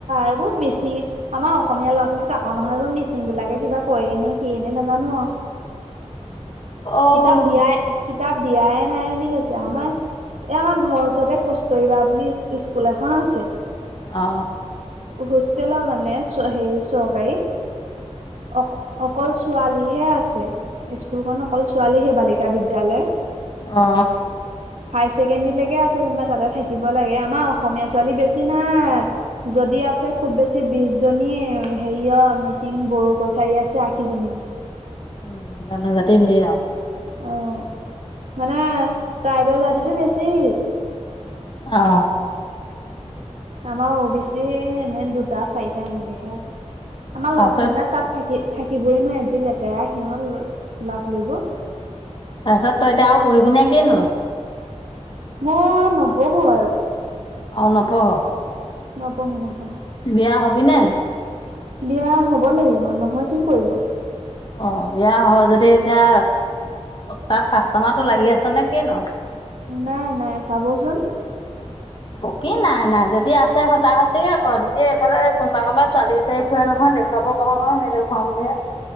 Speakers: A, on the right (about 75°); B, on the left (about 45°).
A: এইবোৰ মেচি আমাৰ অসমীয়া ল'ৰা ছোৱালী তাকো নহয় সেইবোৰ মিচিং বিলাকে কিবা কয় নে কিয়ে নে নাজানো আও।
B: অ',
A: কিতাপ দিয়াই কিত কিতাপ দিয়াই নাই বুলি কৈছে আমাৰ এই আমাৰ ঘৰৰ ওচৰতে কষ্ট কস্তুৰবা বুলি স্কুল এখন আছে।
B: অ।
A: হোষ্টেলৰ মানে হেৰি চৰকাৰী অ অকল ছোৱাল লীহে আছে, স্কুলখন অকল ছোৱালীহে বালিকা বিদ্যালয়।
B: অ।
A: হাই ছেকেণ্ডীলেকে আছে যেনিবা তাতে থাকিব লাগে আমাৰ অসমীয়া ছোৱালী বেছি নাই। যদি আছে খুব বেছি বিশ জনী হেৰিয় মিচিং বড়ো কছাৰী আছে আশী জনী মান
B: উম গানৰ জাতি ধেৰ আও
A: অ মানে ট্ৰাইবেল জাতিটো বেছি।
B: অ।
A: আমাৰ অ বি চি এনে দুটা চাৰিটা এনেকেহে আছে আমাৰ ল'ৰা
B: তাৰপিছত
A: ছোৱালী বিলাক তাত থাকি থাকিবই নোৱাৰে যি লেতেৰা সিহঁত ল'ৰা ছোৱালীবোৰ।
B: তাৰপিছত তই এতিয়া আৰু পঢ়ি নে কিনো?
A: মই নপঢ়ো আৰু।
B: অ নপঢ়?
A: নপঢ়ো নপঢ়ো।
B: বিয়া হবি নে?
A: বিয়া হব লাগিব নহৈ কি কৰিব?
B: অ বিয়া সহ যদি এতিয়া তাত কাষ্টমাৰটো লাগি আছে নে কিনো?
A: নাই নাই চাবচোন।
B: অ কি নাই নাই যদি আছে সঁচা সঁচিকে ক তেতিয়া এইফালে কোনোবা কোনোবা ছোৱালী বিচাৰি ফুৰে নহয় দেখো ৱাব পাওঁ নহয় নেদেখোৱাও বুলিহে।